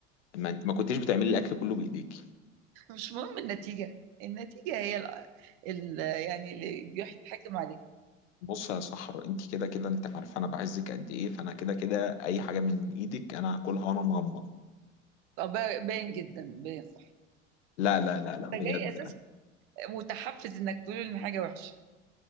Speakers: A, on the left; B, on the right.
A: ما انت ما كنتيش بتعملي الاكل كله بايديكي
B: مش مهم النتيجة النتيجة هي ال ال يعني اللي بيحكم عليها
A: بص يا صحر انت كده كده انت عارفه انا بعزك قد ايه فانا كده كده اي حاجه من ايدك انا هاكلها وانا مغمض
B: فبا- باين جدا باين صح
A: لا لا لا لا
B: انت
A: بجد
B: جاي اساسا متحفز انك تقول ان حاجة وحشة